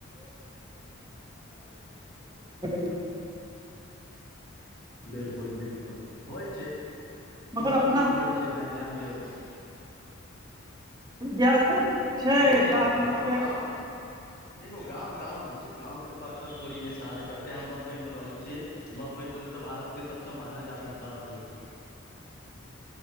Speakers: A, on the right (about 20°); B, on the left (about 45°).
A: <unintelligible> <unintelligible>
B: बिल्कुल बिल्कुल होइ छै <inaudible> इ
A: मगर
B: सब
A: अपना
B: चीज होइ छैय भाइ ध्यान दियै
A: <unintelligible>
B: होइ छै
A: तऽ
B: नु
A: आदमी
B: गाँव
A: के
B: गाँव देखौ गाँव गाँव होइ छै गाँव केँ परतर थोड़ी नै शहर करतै हम बम्बइ में रहै छियै बम्बइ बोलहु तऽ भारतके सभसँ मानल जानल शहर होइ छैय
A: <inaudible>